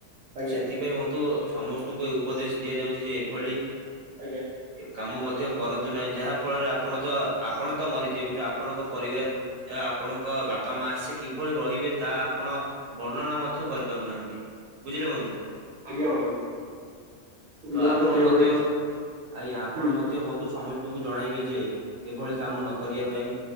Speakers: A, on the right; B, on the right.
A: ତ
B: ଆଜ୍ଞା
A: ସେଥିପାଇଁ ବନ୍ଧୁ ସମସ୍ତ। ତମ କୁ ଉପଦେଶ ଦିଆଯାଉଛି ଯେ ଏଭଳି
B: ଆଜ୍ଞା
A: କାମ ମଧ୍ୟ କରନ୍ତୁ ନାହିଁ ଯାହା ଫଳରେ ଆପଣ ତ ଆପଣ ତ ମରିଯିବେ କିନ୍ତୁ ଆପଣଙ୍କ ପରିବାର। ଆପଣଙ୍କ ବାପା ମା ଆସେ କିଭଳି ରହିବେ ତା ଆପଣ ବର୍ଣ୍ଣନା ମଧ୍ୟ କରିପାରୁନାହାନ୍ତି ବୁଝିଲେ ବନ୍ଧୁ?
B: ଆଜ୍ଞା ବନ୍ଧୁ
A: ତ
B: ମୁଁ
A: ଆପଣ
B: ସେଇଭଳି
A: ମଧ୍ୟ ଆଜ୍ଞା ଆପଣ
B: ହୁଁ
A: ମଧ୍ୟ ଦ ବନ୍ଧୁ ସମସ୍ତଙ୍କୁ ଜଣାଇବେ ଯେ ଏଭଳି କାମ ନ କରିବା ପାଇଁ।